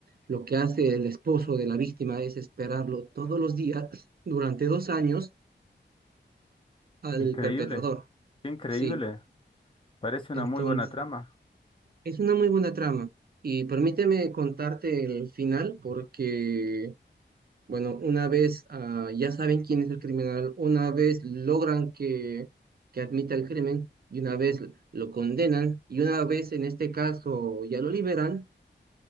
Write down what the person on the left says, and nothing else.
increíble,
qué increíble.
Parece
una muy buena trama.